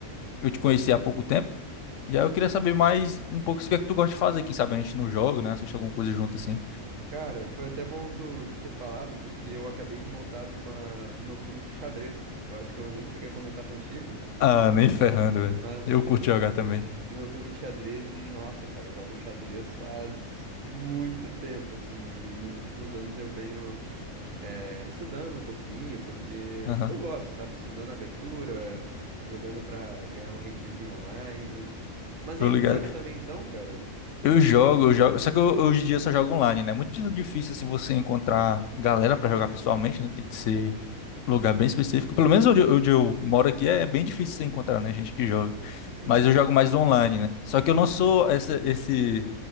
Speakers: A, on the left (about 70°); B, on the right (about 70°).
A: eu te conheci há pouco tempo, E aí eu queria saber mais um pouco o que é que tu gosta de fazer. Quem sabe a gente não joga, né? Assiste alguma coisa junto assim.
B: Cara, foi até bom tu, tu ter falado, porque eu acabei de voltar de uma, do meu clube de xadrez. Eu acho que eu nem cheguei a comentar contigo,
A: Ah, nem ferrando, velho.
B: mas
A: Eu
B: voltei
A: curto
B: do,
A: jogar também.
B: do meu clube de xadrez e, nossa, cara, eu jogo xadrez faz muito tempo, assim, e nos últimos anos eu venho é, estudando um pouquinho, porque,
A: Aham.
B: porque eu gosto, sabe? Estudando abertura, jogando pra ganhar um ratezinho online. Mas
A: Tô
B: aí,
A: ligado.
B: tu joga também então, cara?
A: Eu jogo, eu jogo. Só que eu- hoje em dia eu só jogo online, né? É muito difícil assim você encontrar galera pra jogar pessoalmente, né? Tem que ser lugar bem específico. Pelo menos onde, eu- onde eu moro aqui é bem difícil você encontrar, né? Gente que joga.
B: Sim.
A: Mas eu jogo mais online, né? Só que eu não sou essa, esse,